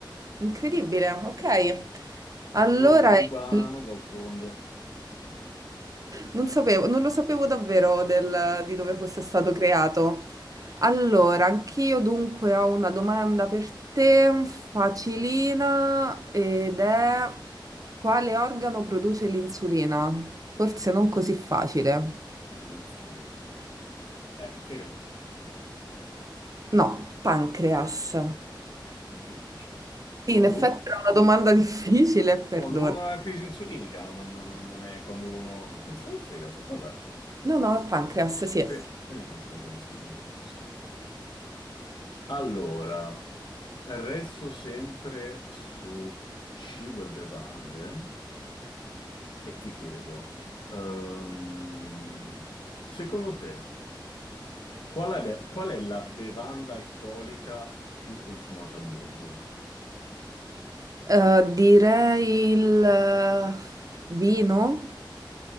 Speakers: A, on the right; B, on the left.
A: Incredibile, ok. Allora,
B: Rum cubano,
A: il-
B: d'altronde.
A: non sapevo, non lo sapevo davvero del- di dove fosse stato creato. Allora, anch'io dunque ho una domanda per te, facilina, ed è quale organo produce l'insulina? Forse non così facile.
B: L'insulina. Eh, il fegato, immagino.
A: No, pancreas.
B: È molto difficile.
A: Sì,
B: Quando,
A: in effetti
B: u-
A: era una domanda <laughs> difficile, perdona.
B: quando uno ha crisi insulinica, non, non- non- non è quando uno... Pensavo al fegato, vabbè.
A: No, no, pancreas, sì.
B: Ve- Vedi quante cose si, si scoprono. Allora, resto sempre su cibo e bevande e ti chiedo, ehm, secondo te, qual è, qual è la bevanda alcolica più consumata al mondo?
A: Eh, direi il eh, vino